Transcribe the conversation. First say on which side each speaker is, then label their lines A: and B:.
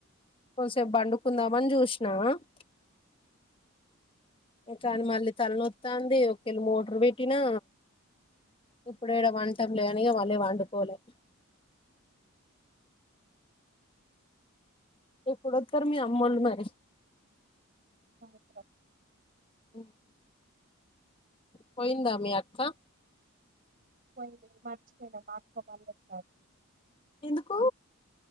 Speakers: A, on the left; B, on the right.
A: కొంచసేపు బండుకుందామని చూసినకానీ మళ్ళీ తలనొత్తాంది ఒకేళ మోటర్ పెట్టినా ఇప్పుడు ఎడ పంటము లే లేదు అండి పండుకోలే. ఎప్పుడు వత్తరు మీ అమ్మొల్లు మరి.
B: సాయంత్రం
A: పో పోయిందా మీ అక్క
B: పోయిలే మర్చిపోయినా పార్ కోపలి వత్తార్
A: ఎందుకు